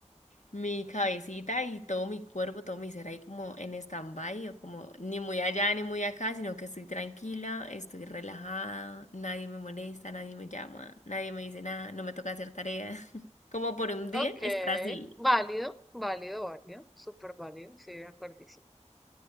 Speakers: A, on the left (about 80°); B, in the centre.
A: mi cabecita y todo mi cuerpo, todo mi ser ahí como en stand-by o como ni muy allá ni muy acá, sino que estoy tranquila, estoy relajada, nadie me molesta, nadie me llama, nadie me dice nada, no me toca hacer tareas. <laughs> Como por un día
B: Ok,
A: estar así.
B: válido, válido, válido, súper válido, sí, de acuerdísimo.